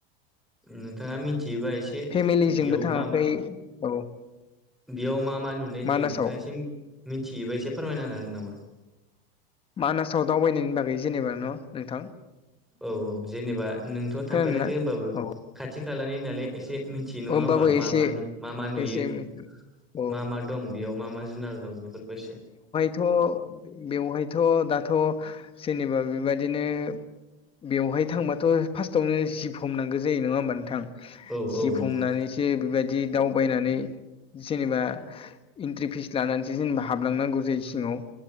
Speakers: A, in the centre; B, on the left.
A: नोंथाङा मिथियोबा एसे
B: फेमिलिजोंबो
A: बेयाव
B: थाङाखै
A: मा मा
B: औ
A: बेयाव मा मा नुनाय
B: मानासाव
A: जायो नोंथाङा एसे मिथियोबा एसे फोरमायना होनोहागोन नामा
B: मानासाव दावबायनायनि बागोय जेनेबा न नोंथां
A: औ औ जेनेबा नोंथ'
B: खोनादों
A: थांफेराखै
B: ना
A: होमबाबो
B: औ
A: खाथि खालानि नालाय एसे मिथियो नङा
B: होमबाबो
A: होमबा
B: एसे
A: मा मा नु मा मा नुयो
B: एसे औ
A: मा मा दं बेयाव मा मा जुनार दं बेफोरखौ एसे
B: थ' बेवहायथ' दाथ' जेनेबा बेबायदिनो बेवहाय थांबाथ' फार्स्टआवनो जिभ हमनांगौ जायो नङा होमबा नोंथां
A: औ औ
B: जिभ
A: नंगौ
B: हमनानैसो बेबायदि दावबायनानै जेनेबा इन्ट्रि फिस लानानैसो जेनेबा हाबलांनांगौ जायो सिङाव